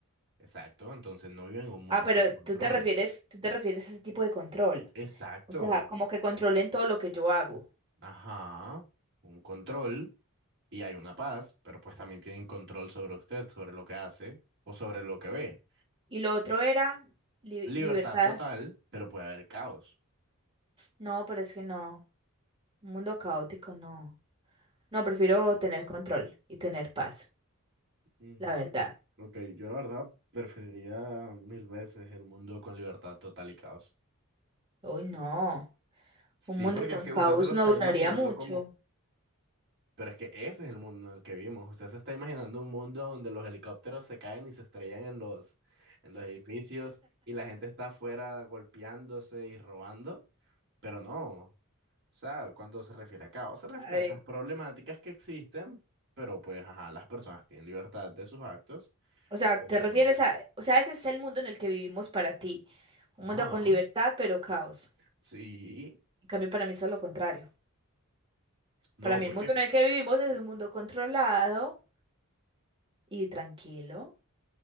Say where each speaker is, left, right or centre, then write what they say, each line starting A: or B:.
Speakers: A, on the right; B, on the right.
A: Exacto, entonces no vive en un mundo
B: Ah, pero
A: con control.
B: tú te refieres, tú te refieres a ese tipo de control.
A: Exacto.
B: O sea, como que controlen todo lo que yo hago.
A: Ajá. Un control y hay una paz, pero pues también tienen control sobre usted, sobre lo que hace o sobre lo que ve.
B: Y lo otro era li-
A: Libertad
B: libertad.
A: total, pero puede haber caos.
B: No, pero es que no. Un mundo caótico, no. No, prefiero tener control y tener paz,
A: Mm,
B: la verdad.
A: Ok, yo la verdad preferiría mil veces el mundo con libertad total y caos.
B: Uy, no.
A: Sí,
B: Un mundo
A: porque
B: con
A: es que
B: caos
A: usted se lo está
B: no duraría
A: imaginando
B: mucho.
A: como Pero es que ese es el mundo en el que vivimos. Usted se está imaginando un mundo donde los helicópteros se caen y se estrellan en los, en los edificios y la gente está afuera golpeándose y robando. Pero no. O sea, cuando se refiere a caos, se refiere
B: A ver,
A: a esas problemáticas que existen, pero pues, ajá, las personas tienen libertad de sus actos.
B: o sea,
A: Por
B: te
A: ejemplo,
B: refieres a, o sea, ese es el mundo en el que vivimos para ti. Un
A: Ajá.
B: mundo con libertad, pero caos.
A: Sí.
B: En cambio, para mí es lo contrario.
A: No,
B: Para mí
A: porque
B: el mundo en el que vivimos es un mundo controlado y tranquilo,